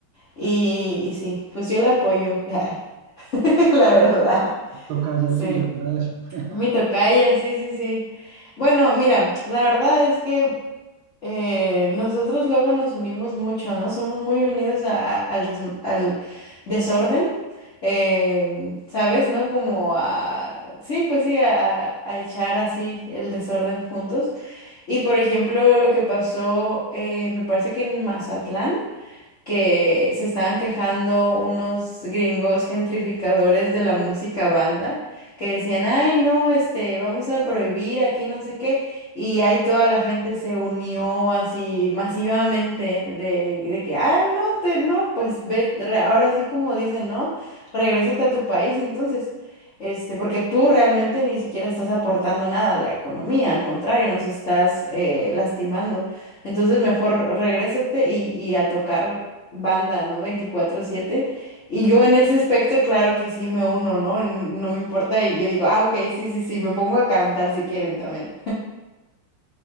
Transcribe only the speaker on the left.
Y, y sí, pues yo la apoyo, <laughs> la verdad.
Sí.
Mi tocaya, sí, sí, sí. Bueno, mira, la verdad es que eh, nosotros luego nos unimos mucho, ¿no? Somos muy unidos a- a- al, des- al desorden, eh, ¿sabes? ¿No? Como a, sí, pues sí, a, a echar así el desorden juntos. Y por ejemplo, lo que pasó, eh, me parece que en Mazatlán que se estaban quejando unos gringos gentrificadores de la música banda, que decían, ay, no, este, vamos a prohibir aquí no sé qué, y ahí toda la gente se unió así masivamente de, de que, ah, no, te, no, pues ve, re- ahora sí como dicen, ¿no? Regrésate a tu país, entonces. Este, porque tú realmente ni siquiera estás aportando nada a la economía, al contrario, nos estás eh, lastimando. Entonces mejor regrésate y, y a tocar banda, no veinticuatro siete Y yo en ese aspecto, claro que sí me uno, ¿no? N- No me importa y yo digo, ah, ok, sí, sí, sí, me pongo a cantar si quieren también.